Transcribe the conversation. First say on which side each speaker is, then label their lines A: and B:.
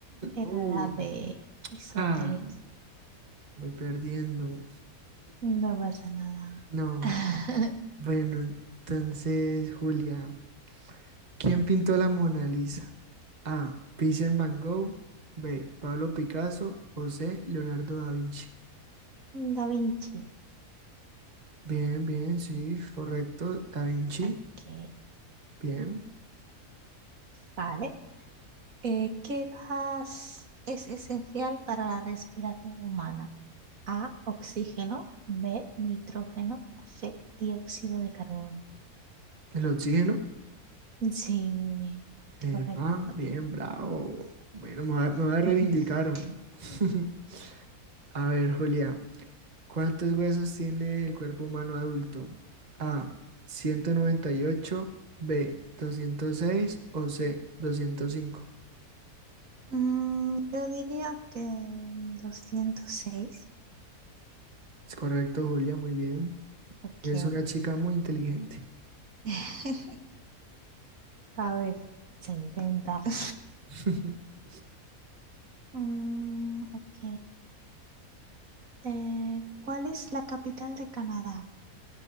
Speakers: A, on the right; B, on the right.
A: era
B: Uy.
A: la B,
B: no.
A: isósceles.
B: Ah, Voy perdiendo.
A: No pasa nada.
B: No.
A: <laughs>
B: Bueno, entonces, Julia, ¿quién pintó la Mona Lisa? A. Vincent Van Gogh. B. Pablo Picasso. O C. Leonardo da Vinci.
A: Da Vinci.
B: Bien, bien, sí, correcto. Da Vinci.
A: Ok,
B: Bien.
A: vale. Eh, ¿qué gas es esencial para la respiración humana? A, oxígeno, B, nitrógeno, C, dióxido de carbono.
B: El oxígeno.
A: Sí, muy bien,
B: Epa,
A: correcto.
B: bien, bravo. Bueno, me voy a, me voy a reivindicar.
A: <laughs>
B: <laughs> A ver, Julia, ¿Cuántos huesos tiene el cuerpo humano adulto? A, 198, B, doscientos seis o C, 205.
A: Mm, yo diría que 206.
B: Es correcto, Julia, muy bien.
A: Ok,
B: Es una chica muy inteligente.
A: <laughs> a ver, se intenta. <laughs>
B: <laughs>
A: Mm, ok. Eh, ¿cuál es la capital de Canadá?